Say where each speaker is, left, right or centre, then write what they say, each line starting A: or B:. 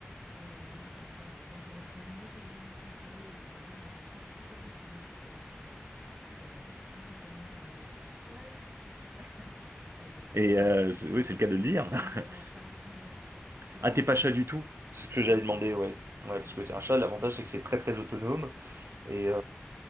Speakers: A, on the right; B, on the right.
A: Heu, donc heu, voilà, quand j'aurai fini mes urgences, mes travaux et cetera, l'intention, c'était effectivement de reprendre euh, un compagnon euh, à poil, <laughs> euh, donc un
B: Et
A: chien,
B: euh,
A: hein, parce que
B: c'est-
A: je suis,
B: oui, c'est le cas de le
A: je
B: dire.
A: suis vraiment
B: <laughs>
A: pas chat. Ouais, je suis vraiment
B: Ah, t'es
A: pas
B: pas
A: chat
B: chat
A: par
B: du
A: contre,
B: tout? C'est ce que
A: du
B: j'avais
A: tout.
B: demandé, ouais. Ouais,
A: Ouais,
B: parce que un chat, l'avantage,
A: parce que toi,
B: c'est que c'est très très autonome. Et,